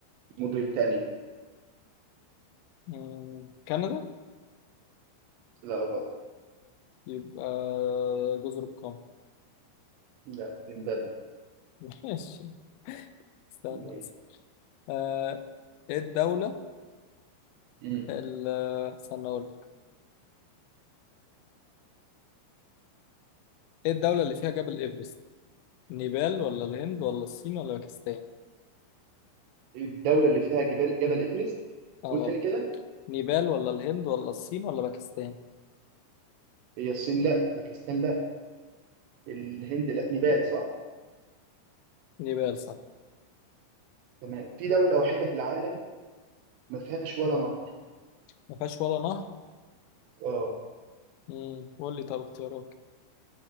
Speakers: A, on the right; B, on the left.
A: موريتانيا
B: مم. كندا
A: لا غلط
B: يبقى جزر القمر
A: لا زيمبابوي
B: <laughs> ماشي استنى
A: ماشي.
B: بس. آه، ايه الدولة
A: مم.
B: ال- استنى اقول لك. ايه الدولة اللي فيها جبل ايفرست؟ نيبال ولا الهند ولا الصين ولا باكستان؟
A: الدولة اللي فيها جبال جبل إيفرست
B: اه
A: قول تاني كده
B: نيبال ولا الهند ولا الصين ولا باكستان
A: هي الصين لا باكستان لا الهند لا نيبال صح
B: نيبال صح
A: تمام في دولة وحيدة في العالم ما فيهاش ولا نهر
B: ما فيهاش ولا نهر
A: اه
B: امم قول لي طب اختيارات كده.